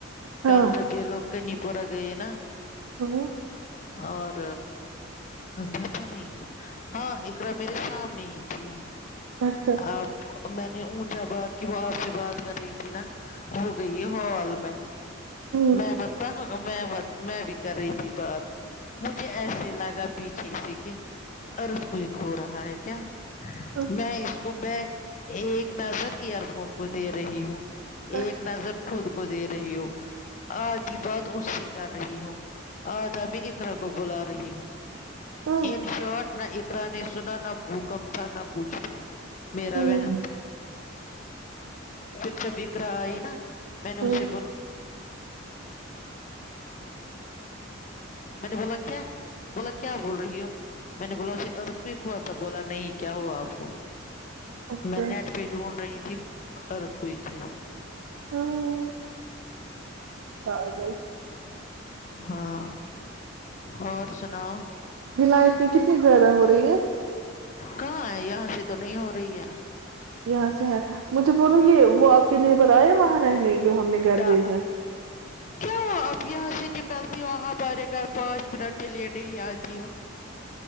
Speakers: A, on the right; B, on the left.
A: ہاں
B: کل جب یہ لوگ کنی پورہ گئے نا
A: ہاں
B: اور اچ اچھا نہیں ہاں اقراء میرے سامنے ہی تھی
A: اچھا
B: آپ میں نے اونچا بات کی وہ آپ سے بات کر رہی تھی نا ہو گئی ہے ہال میں
A: ہوں
B: میں مٹہ تا میں میں بھی کر رہی تھی بات مجھے ایسے لگا پیچھے سے ارت کو ایک ہو رہا ہے کیا
A: اچھا
B: میں اس تو میں ایک نظر ایئر فون کو دے رہی ہوں ایک
A: اچھا
B: نظر خود کو دے رہی ہو آدھی بات اس سے کر رہی ہوں آدھا میں اقرا کو بلا رہی ہوں
A: ہوں
B: ان شاٹ نہ اقراء نے سنا نہ بھوکمپ تھا نہ کچھ تھا میرا
A: ہوں
B: وحم تھا پھر جب اقراء آئی نا میں نے
A: ہوں
B: اسے ب میں نے بولا کیا بولا کیا بول رہی ہو میں نے بولا اسے ارتھ کوئک ہوا تھا بولا نہیں کیا ہوا آپ کو
A: اوکے
B: میں نیٹ پیٹ ڈھونڈ رہی تھی حرت کوئی ہے
A: ہاں پاگل
B: ہاں اور سناؤ
A: بلائت میں کتنی زیادہ ہو رہی ہے
B: کہاں ہے یہاں سے تو نہیں ہو رہی ہے
A: یہاں سے ہے مجھے بولو یہ وہ آپ کے نیبر آئے وہاں رہنے کی ہم نے گھر
B: دہ
A: بھیجا
B: کیا کہا آپ یہاں سے نکلتی ہو ہمارے گھر پانچ منٹ کے لیے نہیں آتی ہو